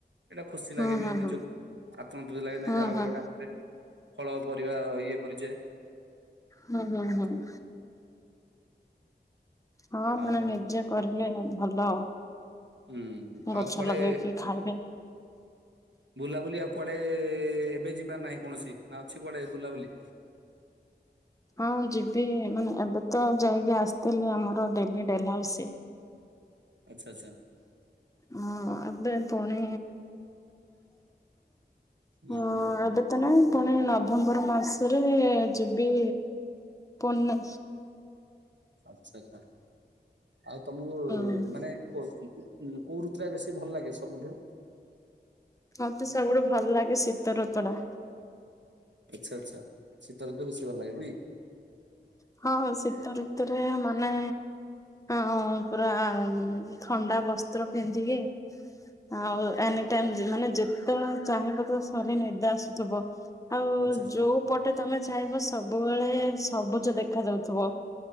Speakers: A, on the right; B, on the left.
A: ଏଇଟା ଖୁସି
B: ହୁଁ
A: ଲାଗେ ବି
B: ହୁଁ
A: ନିଜକୁ
B: ହୁଁ।
A: ଆତ୍ମ ଲାଗେ ନାହିଁ
B: ହୁଁ
A: ଯାହା
B: ହୁଁ
A: ଗୋଟେ ଆମେ ଗୋଟେ ଫଳ ପରିବା ଇଏ କରିଛେ
B: ହୁଁ ହୁଁ
A: ଆଉ
B: ହୁଁ। ହଁ ଆପଣ
A: ଆଉ
B: ନିଜେ କରିଲେ ଭଲ
A: ହୁଁ
B: ଗଛ
A: ଆଉ କୁଆଡେ
B: ଲଗେଇକି ଖାଇବେ।
A: ବୁଲାବୁଲି ଆଉ କୁଆଡେ ଏବେ ଯିବାର ନାହିଁ କୌଣସି ନା ଅଛି କୁଆଡେ ବୁଲାବୁଲି
B: ହଁ ଯିବି ମାନେ ଏବେ ତ ଯାଇକି ଆସିଥିଲି ଆମର ଡେଲି ଡେଲ ହାଉସି
A: ଆଚ୍ଛା ଆଚ୍ଛା
B: ହଁ ଆବେ ପୁଣି
A: ହୁଁ
B: ହଁବେ
A: ହୁଁ
B: ତ ନାଇଁ ପୁଣି ନଭେମ୍ବର ମାସରେ ଯିବି ପୂନ
A: ଆଚ୍ଛା ଆଉ ତମକୁ
B: ହୁଁ
A: ମାନେ କୋଉ ରଋତୁରା ବେଶୀ ଭଲ ଲାଗେ ସବୁଠୁ
B: ମତେ ସବୁଠୁ ଭଲ ଲାଗେ ଶୀତ ଋତୁଡା
A: ଆଚ୍ଛା ଆଚ୍ଛା ଶୀତ ରିତୁ ତ ବେଶୀ ଭଲ ଲାଗେ ନାଇଁ
B: ହଁ ଶୀତ ଋତୁରେ ମାନେ ହଁ ପୁରା ଥଣ୍ଡା ବସ୍ତ୍ର ପିନ୍ଧିକି ଆଉ ଏନି ଟାଇମ ମାନେ ଯେତେବେଳେ ଚାହିଁବ ତ ସରି ନିଦ ଆସୁଥିବ ଆଉ
A: ଆଚ୍ଛା ଆଚ୍ଛା
B: ଯୋଉ ପଟେ ତମେ ଚାହିଁବ ସବୁବେଳେ ସବୁଜ ଦେଖାଯାଉଥିବ।